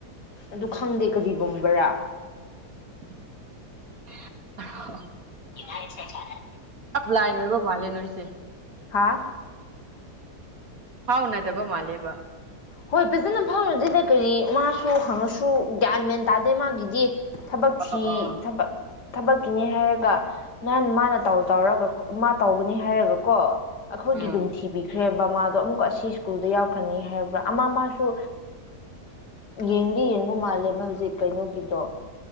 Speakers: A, on the left (about 85°); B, on the right (about 60°).
A: ꯑꯗꯨ
B: ꯎꯝ
A: ꯈꯪꯗꯦ ꯀꯔꯤꯒꯨꯝꯕ ꯚꯥꯌꯥ
B: <unintelligible>
A: ꯌꯨꯃꯁꯦ ꯆꯅꯦ
B: ꯂꯥꯏꯅ ꯂꯣꯏꯔꯤꯕ ꯃꯥꯜꯂꯦ ꯅꯣꯏꯁꯦ
A: ꯍꯥꯥ
B: ꯍꯥꯎꯅꯗꯕ ꯃꯥꯂꯦꯕ
A: ꯍꯣꯏ ꯐꯖꯅ ꯐꯪꯉꯗꯤꯗ ꯀꯔꯤ ꯃꯥꯁꯨ ꯍꯪꯉꯁꯨ ꯒ꯭ꯌꯥꯟ ꯃꯦꯟ ꯇꯥꯗꯦ ꯃꯥꯒꯤꯗꯤ ꯊꯕꯛ ꯊꯤ
B: ꯑ ꯑ
A: ꯊꯕꯛ ꯊꯕꯛꯀꯤꯅꯤ ꯍꯥꯏꯔꯒ ꯅꯍꯥꯟ ꯃꯥꯅ ꯇꯧ ꯇꯧꯔꯒ ꯃꯥ ꯇꯧꯒꯅꯤ ꯍꯥꯏꯔꯒ ꯀꯣ ꯑꯩꯈꯣꯏꯒꯤ
B: ꯎꯝ
A: ꯑꯗꯨꯝꯊꯤꯕꯤꯈ꯭ꯔꯦ ꯕꯃꯥꯗꯣ ꯑꯃꯨꯛꯀ ꯑꯁꯤ ꯁ꯭ꯀꯨꯜꯗ ꯌꯥꯎꯈ꯭ꯔꯅꯤ ꯍꯥꯏꯕ꯭ꯔꯥ ꯑꯃ ꯃꯥꯁꯨ ꯌꯦꯡꯗꯤ ꯌꯦꯡꯕ ꯃꯥꯜꯂꯦꯕ ꯍꯧꯖꯤꯛ ꯀꯩꯅꯣꯒꯤꯗꯣ